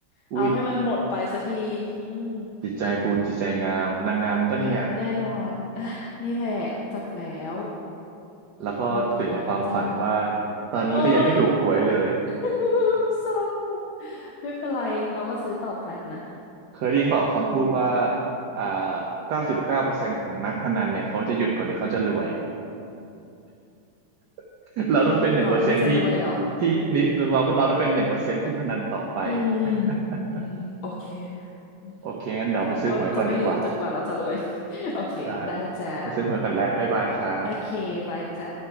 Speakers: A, on the right; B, on the left.
A: อุ้ย
B: เอาให้มันหมดไปสักทีอืม
A: จิตใจบุญจิตใจงามนางงามปะเนี่ย
B: เออแน่นอน <laughs> อ่ะนี่แหละจบแล้ว
A: แล้วก็ตื่นจากความฝันว่า
B: หมดแล้วจ้า
A: ตอนนี้ก็ยังไม่ถูกหวยเลย
B: โอ้ย <laughs> แย่ <laughs> เศร้าไม่เป็นไรเราก็ซื้อต่อไปนะ
A: <laughs> เคยได้ยินเปล่าคำพูดว่า
B: อืม
A: อ่าเก้าสิบเก้าเปอร์เซ็นต์ของนักพนันเนี่ยเขาจะหยุดก่อนเนี่ยเขาจะรวย <laughs> เราต้องเป็นหนึ่งเปอร์เซ็นต์ที่
B: จะหยุดก่อนที่จะรวยเหรอ
A: ที่นี่เราเราต้องเป็นหนึ่งเปอร์เซ็นต์ที่พนันต่อไป
B: อืม
A: <laughs>
B: อืมโอเคอืม
A: โอเคงั้นเดี๋ยวไปซื้อหวยก่อนดีกว่า
B: เราก็จะไม่หยุดจนกว่าเราจะรวย <laughs> โอเคได้จ้า
A: ได้ไปซื้อหวยก่อนแหล้วบ๊ายบายครับ
B: โอเคบายจ้า